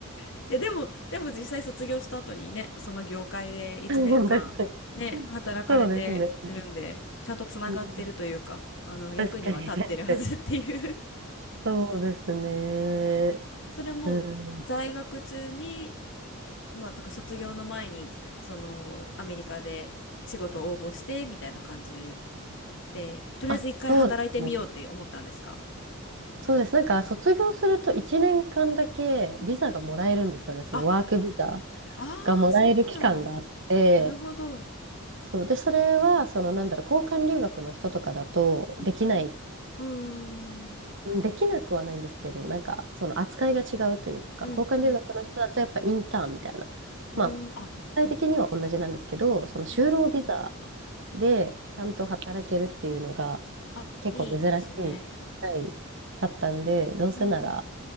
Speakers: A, on the left; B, on the right.
A: いや、でも、でも実際卒業した後にね、その業界で1年間、
B: <laughs> 確かに。
A: ね、働かれてるんで、
B: そうですね。
A: ちゃんとつながってるというか、
B: うん、
A: あの、役には立ってるはずっていう
B: 確かに、確かに。そうですね。
A: <laughs> それも、
B: うん。
A: 在学中に、まあ、とか卒業の前に、その、アメリカで仕事を応募して、みたいな感じで、とりあえず一回働いてみようって思ったんですか
B: あ、そうですね。そうです。なんか、卒業すると1年間だけビザがもらえるんですよね。
A: うん
B: そのワークビザ
A: あ、ああ、
B: がもらえる期間があって、
A: そうなんだ。なるほど。
B: そう。で、それは、その、なんだろう、交換留学の人とかだとできない
A: うんうんうーん、
B: うんできなくはないんですけど、なんかその扱いが違うというか、
A: うん、
B: 交換留学の人だとやっぱインターンみたいな、
A: うん、うん、
B: まあ、
A: あ、
B: 具体的には同じなんですけど、その就労ビザ
A: うん。
B: でちゃんと働けるっていうのが
A: あ、
B: 結構珍しい、
A: いいですね。
B: はい、かったんで、どうせなら
A: うん。